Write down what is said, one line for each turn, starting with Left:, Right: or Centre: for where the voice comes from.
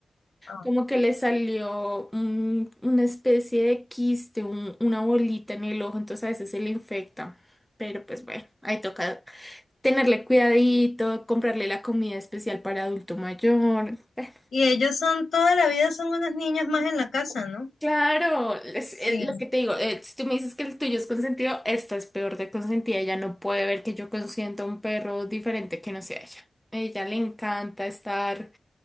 Left: Ah.
Centre: como que le salió un- una especie de quiste, un- una bolita en el ojo, entonces a veces se le infecta. Pero pues bueno, ahí toca tenerle cuidadito, comprarle la comida especial para adulto mayor. Bueno,
Left: Y ellos son, toda la vida son unos niños más en la casa, ¿no?
Centre: Claro, es,
Left: Sí.
Centre: es lo que te digo, eh, si tú me dices que el tuyo es consentido, esta es peor de consentida, ella no puede ver que yo consiento a un perro diferente que no sea ella. A ella le encanta estar